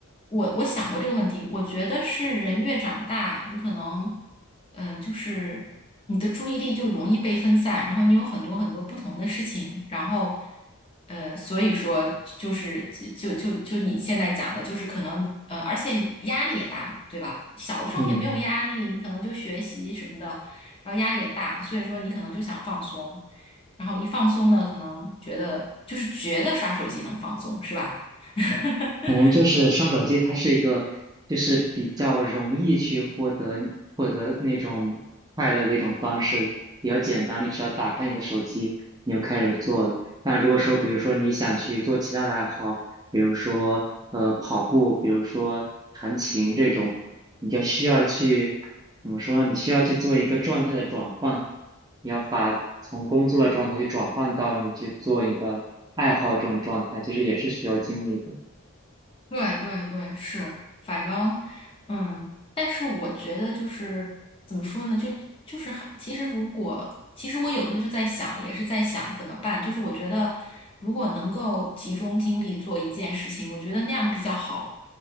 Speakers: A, on the left; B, on the right.
A: 我我想过这个问题，我觉得是人越长大，你可能，呃，就是你的注意力就容易被分散，然后你有很多很多不同的事情，然后，呃，所以说就是就就就你现在讲的，就是可能，呃，而且压力也大嘛，对吧？小的时候也没有压力，
B: 嗯。
A: 你可能就学习什么的，然后压力也大，所以说你可能就想放松，然后一放松呢，可能觉得就是觉得刷手机能放松，是吧？<laughs>
B: 可能就是刷手机，它是一个就是比较容易去获得获得那种快乐的一种方式，比较简单。你只要打开你的手机，你就开始做了。但如果说，比如说你想去做其他的爱好，比如说呃跑步，比如说弹琴这种，你就需要去怎么说呢？你需要去做一个状态的转换，你要把从工作的状态去转换到你去做你的爱好这种状态，其实也是需要精力的。
A: 对对对，是，反正，嗯，但是我觉得就是怎么说呢，就就是还其实如果其实我有的时候就在想，也是在想怎么办。就是我觉得如果能够集中精力做一件事情，我觉得那样比较好。